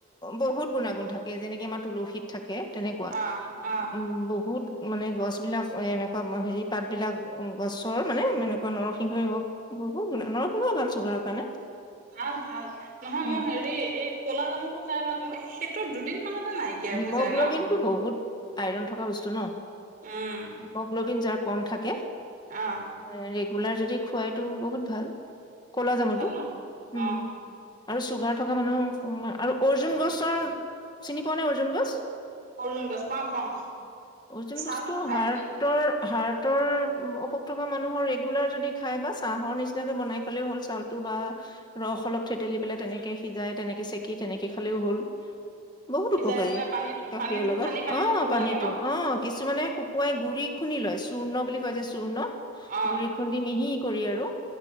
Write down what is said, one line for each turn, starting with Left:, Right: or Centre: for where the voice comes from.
Left: বহুত গুণাগুণ থাকে যেনেকে আমাৰ তুলসীত থাকে তেনেকুৱা
Right: অ অ
Left: উম বহুত মানে গছ বিলাক এ', এনেকুৱা হেৰি পাত বিলাক গছৰ মানে এনেকুৱা নৰসিংহই হওক বহু নৰসিংহ ভাল চুগাৰৰ কাৰণে
Right: ভাল ভাল নহয়
Left: উম
Right: মই হেৰি এই কলা জামু খাই ভাল পা নে সেইটো দুদিন মানতে নাইকিয়া
Left: হিমগ্লবিন
Right: হৈ যায় ন
Left: টো বহুত আইৰণ থকা বস্তু ন
Right: উম
Left: হিমগ্লবিন যাৰ কম থাকে হয়
Right: অ
Left: ৰেগ গোলাৰ যদি খোৱাইতো বহুত ভাল ক'লা
Right: বহুত
Left: যামনতো
Right: ভাল ন
Left: উম',
Right: অ
Left: আৰু চুগাৰ থকা মানুহ আৰু অৰ্জুন গছৰ চিনি পোৱা নে অৰ্জুন গছ।
Right: অৰ্জুন গছ পাওঁ - পাওঁ
Left: অৰ্জুন
Right: ছালটো
Left: গছটো
Right: খাই
Left: হাৰ্টৰ
Right: নেকি?
Left: হাৰ্টৰ অসুখ থকা মানুহৰ ৰেগুলাৰ যদি খাই বা ছাহৰ নিচিনাকে বনাই খালেও হ'ল চাউলটো বা ৰস অলপ থেতেলি পেলাই তেনেকে সিজাই তেনেকে চেকি তেনেকে খালেও হ'ল বহুত
Right: সিজাই
Left: উপকাৰী
Right: পেলাই পানীত
Left: গাখীৰৰ
Right: পানীটো
Left: লগত
Right: খালি পানীটো
Left: অ
Right: খাব
Left: পানীতো
Right: লাগে ন
Left: অ কিছুমানে শুকুৱাই গুৰি খুন্দি লয় চূৰ্ণ বুলি কৈ যে চূৰ্ণ
Right: অ
Left: গুৰি খুন্দি মিহি কৰি আৰু অ